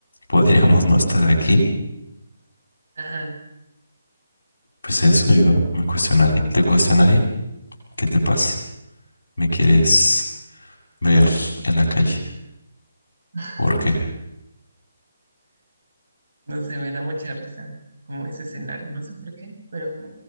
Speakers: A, on the left (about 65°); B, on the right (about 65°).
A: podríamos no estar aquí
B: Ajá.
A: Pues eso yo me cuestionaría. ¿Te cuestionaría? ¿Qué te pasa? ¿Me quieres ver en la calle?
B: <laughs>
A: ¿Por qué?
B: No sé, me da mucha risa como ese escenario. No sé por qué, pero